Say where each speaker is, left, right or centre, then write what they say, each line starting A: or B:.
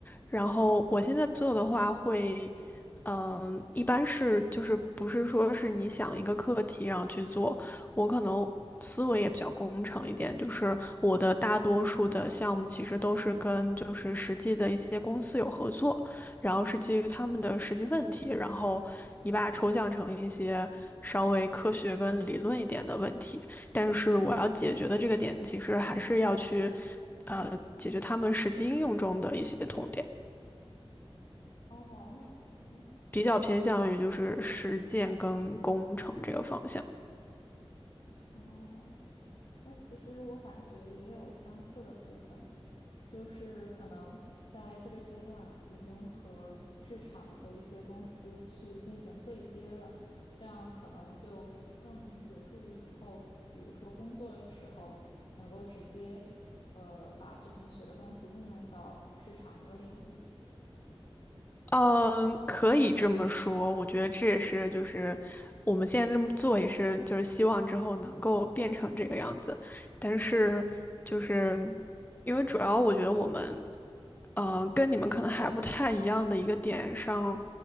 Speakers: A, on the left; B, on the left.
A: 然后我现在做的话会，嗯、一般是就是不是说是你想一个课题然后去做，我可能思维也比较工程一点，就是我的大多数的项目其实都是跟就是实际的一些公司有合作，然后是基于他们的实际问题，然后你把它抽象成一些稍微科学跟理论一点的问题，但是我要解决的这个点其实还是要去。呃，解决他们实际应用中的一些痛点。
B: 哦，那其实
A: 比较偏向于就是实践跟工程这个方向。
B: 哦。那其实我感觉也有相似的部分，就是可能在这个阶段已经和市场和一些公司去进行对接了，这样可能就更有助于以后，比如说工作的时候能够直接，呃，把之前学的东西应用到市场这个领域。
A: 嗯，可以这么说，我觉得这也是就是我们现在这么做也是就是希望之后能够变成这个样子，但是就是因为主要我觉得我们，嗯，跟你们可能还不太一样的一个点上，